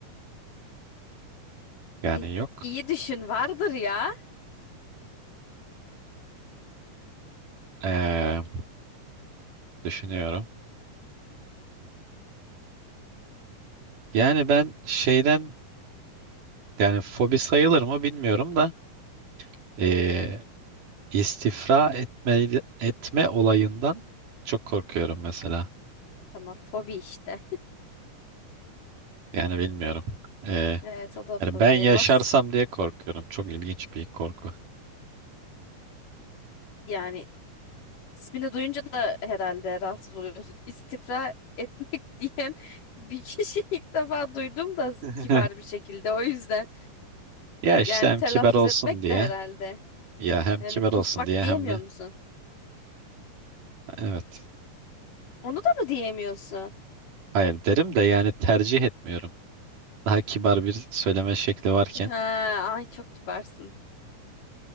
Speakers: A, on the right; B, on the left.
A: yani
B: Bir
A: yok.
B: iyi düşün vardır ya.
A: Eee, düşünüyorum. Yani ben şeyden yani fobi sayılır mı bilmiyorum da eee, İstifra etme, etme olayından çok korkuyorum mesela.
B: E, tamam fobi işte. <laughs>
A: Yani bilmiyorum. Ee,
B: Evet o da fobi.
A: yani ben yaşarsam
B: Nasıl
A: diye korkuyorum. Çok ilginç bir korku.
B: yani ismini duyunca da herhalde rahatsız oluyorsun. İstifra etmek <laughs> diyen bir kişi <laughs> ilk defa duydum da
A: <laughs>
B: kibar bir şekilde o yüzden.
A: Ya işte
B: Yani
A: hem
B: telaffuz
A: kibar olsun
B: etmek
A: diye
B: de herhalde.
A: ya hem
B: Yani
A: kibar
B: kusmak
A: olsun diye
B: diyemiyor
A: hem de
B: musun?
A: evet
B: Onu da mı diyemiyorsun? <laughs>
A: hayır derim de yani tercih etmiyorum. Daha kibar bir söyleme şekli varken.
B: Ha, ay çok kibarsın.